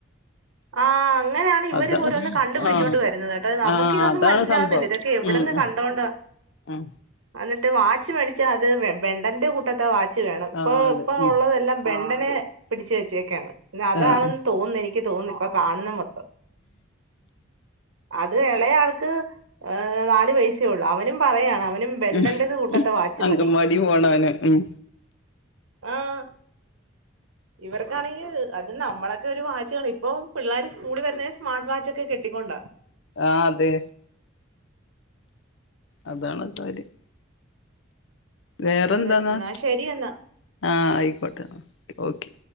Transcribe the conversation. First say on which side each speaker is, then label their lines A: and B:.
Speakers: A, on the right; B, on the left.
A: ആഹ് അങ്ങനാണ് ഇവര്
B: അതാണ്
A: ഓരോന്ന് കണ്ടുപിടിച്ചോണ്ട്
B: ആഹ്
A: വരുന്നതേട്ടോ നമുക്ക്
B: ആഹ്
A: ഇതൊന്നും
B: അതാണ്
A: മനസ്സിലാവുന്നില്ല
B: സംഭവം
A: ഇതെ ക്കെ എവിടന്ന്
B: ഉം ഉം
A: കണ്ടോണ്ട
B: ഉം
A: എന്നിട്ട് വാച്ച് മേടിച്ചാ അത് വെ വെണ്ടന്റെ കൂട്ടത്തെ വാച്ച് വേണം പ്പൊ
B: ആഹ് അതെ
A: പ്പൊ
B: ഉം
A: ഒള്ളതെല്ലാം ബെണ്ടന് പിടിച്ച് വെച്ചേക്കാണ് ഇഞ്ഞതാണന്ന്
B: ആഹ്
A: തോന്ന് എനിക്ക് തോന്ന് പ്പൊ കാൺന്ന മൊത്തം അത് എളെയാൾക്ക് ഏഹ് നാല് വെയ്സേ ഒള്ള് അവനും പറയാണ് അവനും ബെണ്ടൻ
B: ഉം
A: ടത് കൂട്ടത്തെ വാച്ച്
B: അങ്കൻവാടി
A: മതി
B: പോണവന് ഉം
A: ആഹ് ഇവർ ആണെങ്കി അത് നമ്മളൊക്കെ ഒരു വാച്ച് കാണ ഇപ്പൊ പിള്ളാറ് സ്കൂളി വെര്ന്നേ സ്മാർട്ട് വാച്ച്ക്കെ കെട്ടിക്കൊണ്ടാ
B: ആഹ് അതെ അതാണ് കാര്യം വേറെന്താന്നാ
A: അതെ എന്നാ ശരി എന്നാ
B: ആഹ് ആയ്ക്കോട്ടെ ഓക്കെ